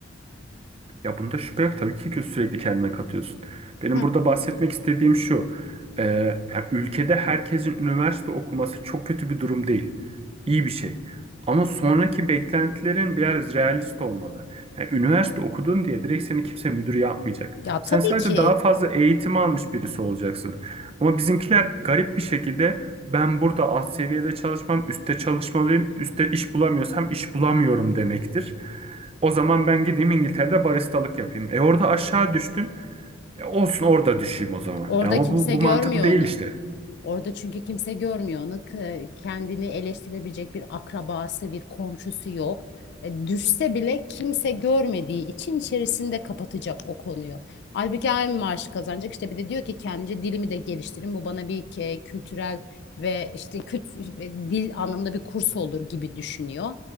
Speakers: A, on the right; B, on the left.
A: Ya bunda şüphe yok tabii ki ki sürekli kendine katıyorsun. Benim
B: Heh.
A: burada bahsetmek istediğim şu. e, yani ülkede herkesin üniversite okuması çok kötü bir durum değil. İyi bir şey. Ama sonraki beklentilerin biraz realist olmalı. Yani üniversite okudun diye direkt seni kimse müdür yapmayacak.
B: Ya
A: Sen
B: tabii
A: sadece
B: ki
A: daha fazla eğitim almış birisi olacaksın. Ama bizimkiler garip bir şekilde ben burada alt seviyede çalışmam, üstte çalışmalıyım, üstte iş bulamıyorsam iş bulamıyorum demektir. O zaman ben gideyim İngiltere'de baristalık yapayım. E orada aşağı düştün. E olsun orada düşeyim o zaman.
B: orada
A: E ama
B: kimse
A: bu, bu
B: görmüyor
A: mantıklı değil
B: onu.
A: işte.
B: Orada çünkü kimse görmüyor onu. K- Kendini eleştirebilecek bir akrabası, bir komşusu yok. E, Düşse bile kimse görmediği için içerisinde kapatacak o konuyu. Halbuki aynı maaşı kazanacak. İşte bir de diyor ki kendince dilimi de geliştirin. Bu bana bir ke- kültürel ve işte küt- ve dil anlamında bir kurs olur gibi düşünüyor.